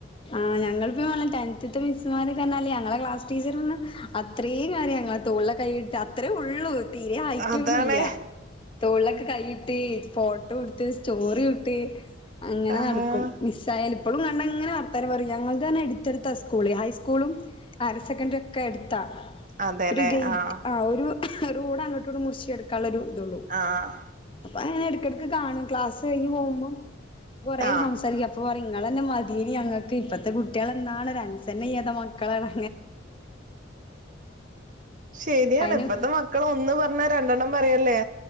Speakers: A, on the left (about 25°); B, on the right (about 40°).
A: ആ. ഞങ്ങള് പ്പം <unintelligible> ടെൻത്ത്ത്തെ മിസ്സ്മാര്കർഞ്ഞാല് ഞങ്ങളെ ക്ലാസ് ടീച്ചറർഞ അത്രയും കാര്യം അങ്ങെ തോള്ല കൈയിട്ട് അത്രേ ഉള്ളൂ തീരെ ഹൈറ്റൊന്നുല്ലൃ
B: അതാണ്
A: തൊള്ലൊക്കെ കൈയിട്ട് ഫോട്ടോ കൊടുത്ത് സ്റ്റോറി ട്ട് അങ്ങനെ
B: ആഹ്
A: നടക്കും മിസ്സായൽ ഇപ്പോഴും കണ്ടങ്ങനെ വെ പറയും ഞങ്ങൾക്ക് തന്നെ എടുത്തെടുത്താ സ്കൂള് ഹൈസ്കൂളും ഹയർ സെക്കൻററി ഒക്കെ അടുത്താ
B: അതെല്ലേ
A: ത്രി ഗേറ്റ്
B: ആഹ്
A: ആ ഒരു റോഡങ്ങോട്ടോണ്ട് മുറിച്ചെടുക്കാനുള്ളൊരു ഇതുള്ളൂ
B: ആഹ്
A: അ ഏടക്കിടക്ക് കാണും ക്ലാസ് കഴിഞ് പോവുംമ്പോ കൊറെ
B: ആഹ്
A: സംസാരിക്കാം അപ്പ പറയും നിങ്ങളന്നെ മതീനി ഞങ്ങൾക്ക് ഇപ്പത്തെ കുട്ടികളെന്താണ് ഒരൻസർണ ചെയ്യാത്ത മക്കളാണ്
B: ശെരിയാണ്
A: അയിന്
B: ഇപ്പത്തെ മക്കള ഒന്ന് പറഞ്ഞാ രണ്ടെണ്ണം പറയല്ലേ